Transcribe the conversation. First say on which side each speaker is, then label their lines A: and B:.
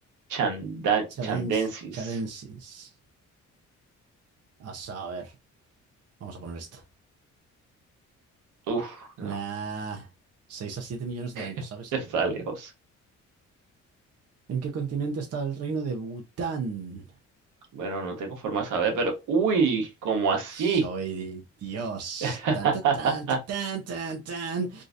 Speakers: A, on the right; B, on the right.
A: chanda-
B: Chadens,
A: chandensis?
B: Chadensins. A saber. Vamos a poner esta.
A: Uf, no,
B: Nah. 6 a 7 millones de años,
A: <laughs>
B: ¿sabes?
A: está
B: LOL.
A: lejos.
B: ¿En qué continente está el reino de Bután?
A: Bueno, no tengo forma de saber, pero. Uy, ¿cómo así?
B: Soy Dios.
A: <laughs>
B: Tan, tan, tan, tan, tan, tan, tan.